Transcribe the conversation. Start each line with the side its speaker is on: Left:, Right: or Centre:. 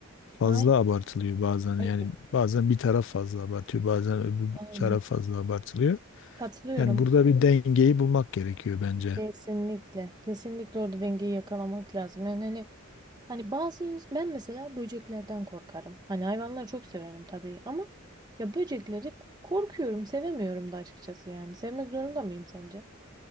Left: fazla
Right: Aynen,
Left: abartılıyor bazen.
Right: aynen,
Left: Yani bazen bir taraf fazla abartıyor, bazen öbür
Right: aynen.
Left: taraf fazla abartılıyor.
Right: Katılıyorum.
Left: Yani burada bir dengeyi bulmak gerekiyor bence.
Right: Kesinlikle. Kesinlikle orada dengeyi yakalamak lazım. Yani hani hani bazı ins- ben mesela böceklerden korkarım. Hani hayvanları çok severim tabii ama ya böcekleri k- korkuyorum, sevemiyorum da açıkçası yani. Sevmek zorunda mıyım sence?